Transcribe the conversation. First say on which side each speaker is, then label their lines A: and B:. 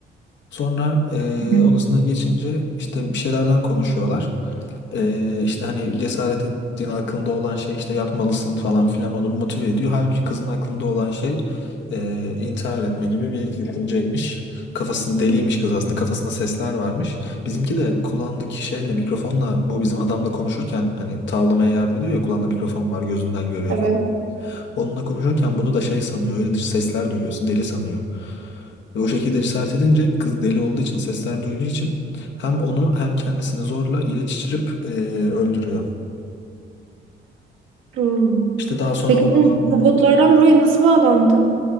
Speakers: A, on the left; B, on the right.
A: Sonra e,
B: Hı hı.
A: odasına geçince işte bir şeylerden konuşuyorlar. Ee, işte hani cesaret ettiğin aklında olan şey işte yapmalısın falan filan onu motive ediyor. Halbuki kızın aklında olan şey e, intihar etme gibi bir düşünceymiş. Kafasını deliymiş kız aslında kafasında sesler varmış. Bizimki de kulağındaki şeyle mikrofonla bu bizim adamla konuşurken hani tavlamaya yardım ediyor ya kulağında mikrofon var gözünden görüyor
B: Evet.
A: falan. Onunla konuşurken bunu da şey sanıyor öyle dış sesler duyuyorsun deli sanıyor. Ve o şekilde cesaret edince kız deli olduğu için sesler duyduğu için hem onu hem kendisini zorla ilaç içirip e, öldürüyor.
B: Hmm.
A: İşte daha sonra
B: Peki
A: bu
B: bu
A: adam
B: robotlardan buraya nasıl bağlandı?